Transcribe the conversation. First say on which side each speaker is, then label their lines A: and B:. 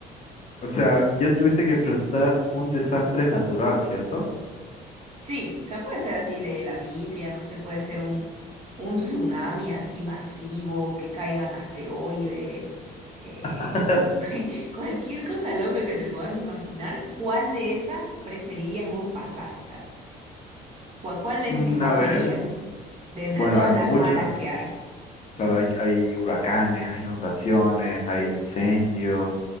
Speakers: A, on the left (about 40°); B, on the right (about 40°).
A: O sea, que yo tuviese que enfrentar un desastre natural, ¿cierto?
B: Sí, o sea, puede ser así de la Biblia, no sé, puede ser un, un tsunami
A: Mm.
B: así masivo, que caigan asteroides, eh,
A: <laughs>
B: <laughs> cualquier cosa loca que te puedas imaginar, ¿cuál de esas preferirías vos pasar? O sea, ¿cuál, cuál es-
A: Mm,
B: escogerías
A: a ver,
B: de entre
A: bueno,
B: todas
A: hay muchas.
B: las malas que hay?
A: Claro, hay, hay huracanes, hay inundaciones, hay incendios,